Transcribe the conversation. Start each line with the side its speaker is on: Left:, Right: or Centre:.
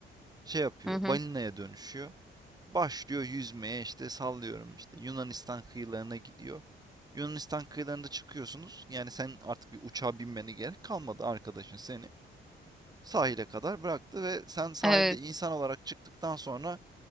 Right: şey yapıyor.
Centre: Hı hı.
Right: Balinaya dönüşüyor. Başlıyor yüzmeye işte sallıyorum işte Yunanistan kıyılarına gidiyor. Yunanistan kıyılarında çıkıyorsunuz. Yani sen artık bir uçağa binmene gerek kalmadı arkadaşın seni Sahile kadar bıraktı ve sen sahilde
Centre: Evet.
Right: insan olarak çıktıktan sonra